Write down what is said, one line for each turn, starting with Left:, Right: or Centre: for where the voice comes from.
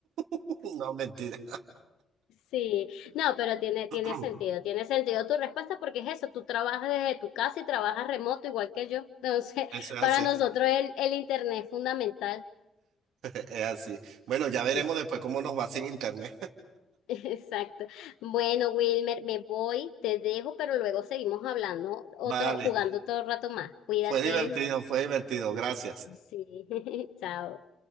Right: <laughs> No, mentira.
Left: sí, no, pero tiene, tiene
Right: <clears throat>
Left: sentido, tiene sentido tu respuesta porque es eso, tú trabajas desde tu casa y trabajas remoto igual que yo. Entonces,
Right: Eso
Left: <laughs>
Right: es
Left: para
Right: así,
Left: nosotros el, el internet es fundamental.
Right: <laughs> es así. Bueno, ya veremos
Left: Sí,
Right: después cómo nos va sin internet.
Left: <laughs> exacto. Bueno, Wilmer, me voy, te dejo, pero luego seguimos hablando otro,
Right: Vale,
Left: jugando todo el rato más. Cuídate.
Right: fue divertido, fue divertido, gracias.
Left: Sí, <laughs> chao.